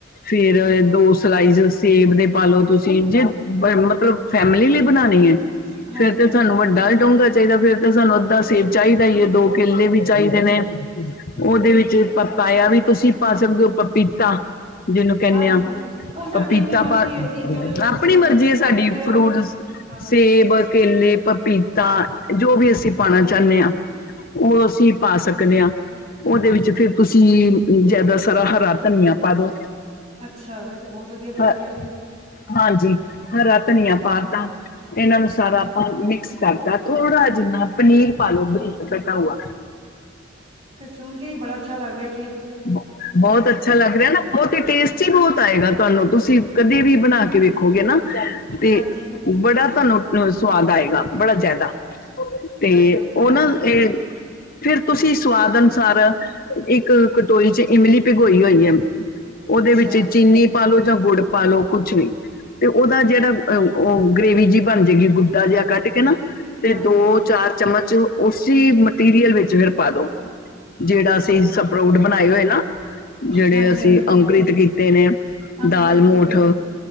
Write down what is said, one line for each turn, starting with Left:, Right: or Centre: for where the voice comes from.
Left: ਫੇਰ ਦੋ ਸਲਾਈਜ਼ ਸੇਬ ਦੇ ਪਾ ਲੋ ਤੁਸੀਂ ਜੇ ਮਤਲਬ ਫੈਮਲੀ ਲਈ ਬਨਾਨੇ ਐ
Right: ਹਾਂਜੀ-ਹਾਂਜੀ,
Left: ਫੇਰ ਤੇ ਤਾਨੂੰ ਵੱਡਾ ਡੋਂਘਾ ਚਾਈਦਾ ਫੇਰ ਤਾਂ ਸਾਨੂੰ ਅੱਧਾ ਸੇਬ ਚਾਈਦਾ ਈ ਐ ਦੋ ਕੇਲੇ ਵੀ ਚਾਈਦੇ ਨੇ।
Right: ਠੀਕ
Left: ਉਦੇ
Right: ਹੈ ਜੀ।
Left: ਵਿੱਚ ਪਪਾਯਾ ਵੀ ਤੁਸੀਂ ਪਾ ਸਕਦੇ ਹੋ ਪਪੀਤਾ ਜਿਨੂੰ ਕੇਨੇ
Right: ਹਾਂਜੀ,
Left: ਆ
Right: ਉਹ ਸਾਡੀ
Left: ਪਪੀਤਾ
Right: ਆਪਣੀ ਮਰਜ਼ੀ
Left: ਪਾ
Right: ਹੈ ਜੀ, ਜੋ-ਜੋ ਫਰੂਟ
Left: ਆਪਣੀ
Right: ਸੀ ਸਾਡੇ
Left: ਮਰਜ਼ੀ
Right: ਬੱਚੇ
Left: ਐ
Right: ਖਾਂਦੇ
Left: ਸਾਡੀ
Right: ਹੈ,
Left: ਫਰੂਟ
Right: ਹਾਂ।
Left: ਸੇਬ, ਕੇਲੇ, ਪਪੀਤਾ ਜੋ ਵੀ ਅਸੀਂ ਪਾਣਾ ਚਾਨੇ ਆ। ਔ ਅਸੀਂ ਪਾ ਸਕਦੇ ਆ। ਓਦੇ ਵਿੱਚ ਫੇਰ ਤੁਸੀ ਜਾਦਾ ਸਾਰਾ ਹਰਾ ਤਨੀਆ ਪਾ ਦੋ।
Right: ਅੱਛਾ ਵੈ ਤੇ ਬੋਤ ਵਦੀਆ ਤਰੀਕਾ
Left: ਹ
Right: ਐ ਜੀ।
Left: ਹਾਂਜੀ, ਹਰਾ ਤਨੀਆ ਪਾ ਤਾ। ਇਨਾ ਨੂੰ ਸਾਰਾ ਆਪਾ ਮਿਕਸ ਕਾਰਤਾ ਥੋੜਾ ਜਿਨਾ ਪਨੀਰ ਪਾ ਲੋ ਬਰੀਕ ਕਟਾ‌ ਉਆ।
Right: ਤੇ ਸੁਨ ਕੇ ਈ ਬੜਾ ਅੱਛਾ ਲਾੱਗ ਰੇ ਐ।
Left: ਬੋ ਬੋਤ ਅੱਛਾ ਲਾੱਗ ਰੇ ਐ ਨਾ ਬੋਤ ਈ ਟੇਸਟੀ
Right: ਹਾਂ,
Left: ਬੋਤ ਆਏਗਾ ਤੁਆਨੂੰ ਤੁਸੀ ਕਦੀ ਵੀ ਬਨਾ ਕੇ ਵੇਖੋਗੇ ਨਾ ਤੇ
Right: ਹਾਂਜੀ,
Left: ਬੜਾ ਤੁਆਨੂੰ ਅ ਸਵਾਦ ਆਏਗਾ ਬੜਾ ਜਾਦਾ। ਤੇ
Right: ਹਾਂਜੀ
Left: ਓਨਾ
Right: ਮੈਂ
Left: ਏ
Right: ਹਾਂਜੀ,
Left: ਫੇਰ ਤੁਸੀ ਸਵਾਦ ਅਨੁਸਾਰ, ਇੱਕ ਕਟੋਈ ਚ ਇਮਲੀ ਪਿਗੋਈ ਓਈ ਏ ਓਦੇ
Right: ਅੱਛਾ,
Left: ਵਿੱਚ ਚੀਨੀ ਪਾਲੋ ਜਾਂ ਗੁੜ ਪਾ ਲੋ ਕੁਛ ਵੀ ਤੇ ਉਦਾ ਜੜਾ ਅ ਓ ਗ੍ਰੇਵੀ ਜੀ ਬਾਨ ਜੇਗੀ ਗੁੱਦਾ ਜੇਆ ਕੱਢ ਕੇ ਨਾ ਤੇ
Right: ਹਾਂਜੀ-ਹਾਂਜੀ,
Left: ਦੋ-ਚਾਰ ਚਮਚ ਓਸੀ ਮਟੀਰੀਅਲ ਵੇਚ ਫੇਰ ਪਾ ਦੋ ਜੇੜਾ
Right: ਅੱਛਾ,
Left: ਅਸੀ ਸਪਰੋਟ ਬਣਾਏ ਓਏ ਨਾ, ਜੜੇ
Right: ਹਾਂਜੀ-ਹਾਂਜੀ,
Left: ਅਸੀ ਅ ਗ੍ਰਿਤ ਕੀਤੇ ਨੇ
Right: ਅੰਕੁਰਿਤ
Left: ਦਾਲ
Right: ਕੀਤੇ
Left: ਮੋਠ,
Right: ਹੋਏ ਆ,